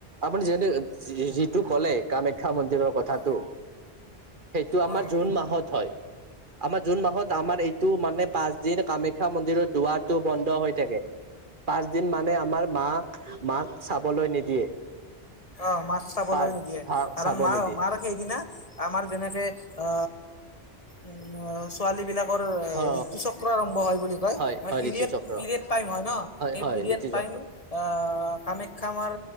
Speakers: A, on the right; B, on the left.
A: আপুনি <unintelligible> যিটো ক'লে কামাখ্যা মন্দিৰৰ কথাটো,
B: অ
A: সেইটো আমাৰ
B: অ
A: জুন মাহত হয়। আমাৰ জুন মাহত আমাৰ এইটো মানে পাঁচ দিন কামাখ্যা মন্দিৰৰ দুৱাৰটো বন্ধ হৈ থাকে। পাঁচ দিন মানে আমাৰ মাক, মাক চাবলৈ নিদিয়ে।
B: অ', মাক চাবলৈ
A: পাঁচ
B: নিদিয়ে কাৰণ
A: চাব
B: মা
A: নিদিয়ে
B: মাৰ সেইদিনা আমাৰ যেনেকে উ, উম ছোৱালী বিলাকৰ
A: অ
B: ঋতু চক্ৰ আৰম্ভ হয় বুলি কয়,
A: হয়
B: মানে
A: হয়
B: পিৰিয়ড।
A: ঋতু চক্ৰ
B: পিৰিয়ড টাইম হয় ন', এই
A: হয়
B: পিৰিয়ড
A: ঋতু চক্ৰ
B: টাইম অ', কামাখ্যা মাৰ